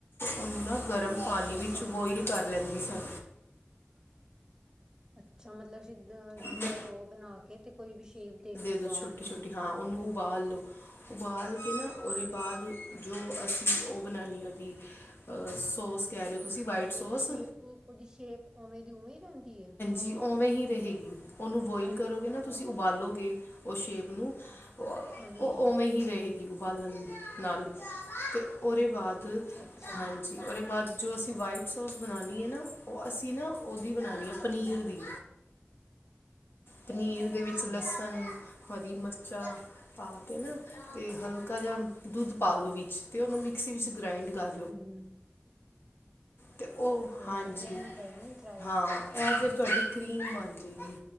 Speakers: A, on the left; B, on the right.
A: ਉਹਨੂੰ ਨਾ ਗਰਮ ਪਾਣੀ ਵਿੱਚ
B: ਅੱਛਾ
A: ਬੋਇਲ ਕਰ ਲੈਂਦੀ ਸਾਂ
B: ਅੱਛਾ ਮਤਲਬ ਜਿੱਦਾਂ
A: ਮੈਂ
B: ਡੋ ਬਣਾ ਕੇ ਤੇ ਕੋਈ ਵੀ ਸ਼ੇਪ ਦੇ ਕੇ ਉਬਾਲ
A: ਦਿਓ ਛੋਟੀ
B: ਲੋ
A: ਛੋਟੀ
B: ਓਹਨੂੰ
A: ਹਾਂ ਉਹਨੂੰ ਉਬਾਲ ਲਓ ਉਬਾਲ ਕੇ ਨਾ ਉਹਦੇ ਬਾਅਦ ਜੋ ਅਸੀਂ ਉਹ ਬਣਾਉਣੀ ਉਹਦੀ ਅ ਸੋਸ ਕਹਿ ਰਹੇ ਤੁਸੀਂ। ਵਾਈਟ
B: ਤੇ
A: ਸੌਸ
B: ਉਹਦੀ ਸ਼ੇਪ ਉਹਦੀ ਸ਼ੇਪ ਉਵੇਂ ਦੀ ਉਵੇਂ ਹੀ ਰਹਿੰਦੀ। ਹੈ
A: ਜੀ ਉਵੇਂ ਹੀ ਰਹੇਗੀ, ਉਹਨੂੰ ਬੋਇਲ ਕਰੋਗੇ ਨਾ ਤੁਸੀਂ ਉਬਾਲੋਗੇ ਉਹ ਸ਼ੇਪ ਨੂੰ ਉਹ
B: ਹਾਂਜੀ
A: ਉਵੇਂ ਹੀ ਰਹੇਗੀ ਉਬਾਲਣ ਨਾਲ, ਤੇ ਉਹਦੇ ਬਾਅਦ! ਤ
B: ਅੱਛਾ ਅੱਛਾ
A: ਹਾਂਜੀ ਜੀ ਉਹਦੇ ਬਾਅਦ ਜੋ ਅਸੀਂ ਵਾਈਟ ਸੋਸ ਬਣਾਉਣੀ ਹੈ ਨਾ ਉਹ ਅਸੀਂ ਨਾ ਉਹਦੀ ਬਣਾਉਣੀ ਹੈ ਪਨੀਰ
B: ਹਮ
A: ਦੀ ਪਨੀਰ ਦੇ
B: ਅੱਛਾ
A: ਵਿੱਚ ਲਸਣ, ਹਰੀ ਮਿਰਚਾਂ, ਪਾ ਕੇ ਨਾ, ਤੇ ਹਲਕਾ ਜਿਹਾ ਦੁੱਧ ਪਾ ਲਓ ਵਿੱਚ, ਤੇ ਉਹਨੂੰ ਮਿਕਸੀ ਵਿੱਚ ਗ੍ਰਾਇੰਡ ਕਰ
B: ਹਮ।
A: ਤੇ ਉਹ
B: ਚਲੋ
A: ਹਾਂਜੀ,
B: ਵਧੀਆ ਮੈਂ ਕਰਾਂਗੀ ਟਰਾਈ
A: ਹਾਂ ਇਹ ਫਿਰ ਤੁਹਾਡੀ ਕਰੀਮ ਬਣ ਜਾਵੇਗੀ।